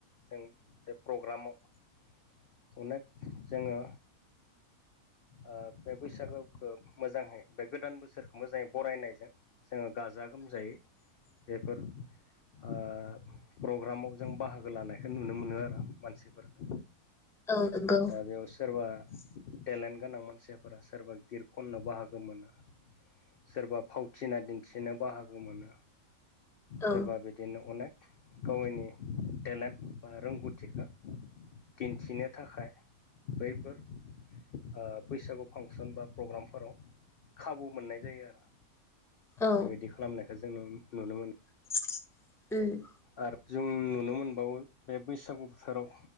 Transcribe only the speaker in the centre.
औ नंगौ
औ
औ
<inaudible>